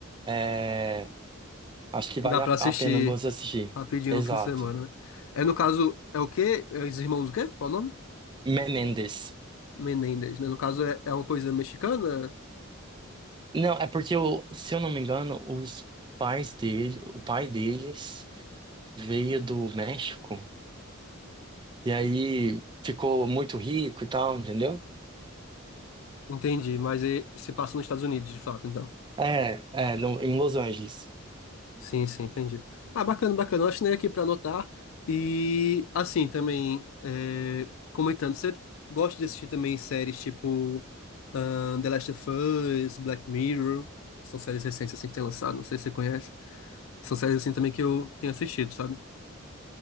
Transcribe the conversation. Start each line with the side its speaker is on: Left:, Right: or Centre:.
Right: é, acho que vale
Left: Dá pra
Right: a,
Left: assistir
Right: a pena você assistir.
Left: rapidinho
Right: Exato.
Left: no fim de semana, né? É, no caso, é o quê? É os irmãos o quê? Qual o nome?
Right: Menendez.
Left: Menendez, né? No caso, é, é uma coisa mexicana?
Right: Não, é porque, o- se eu não me engano, os pais dele, o pai deles veio do México. E aí ficou muito rico e tal, entendeu?
Left: Entendi, mas é- se passa nos Estados Unidos, de fato, então.
Right: É, é no- em Los Angeles.
Left: Sim, sim, entendi. Ah, bacana, bacana. Eu assinei aqui para anotar. E, assim, também, é, comentando, você gosta de assistir também séries tipo ahn, The Last of Us, Black Mirror? São séries recentes, assim, que tem lançado, não sei se você conhece. São séries, assim, também que eu tenho assistido, sabe?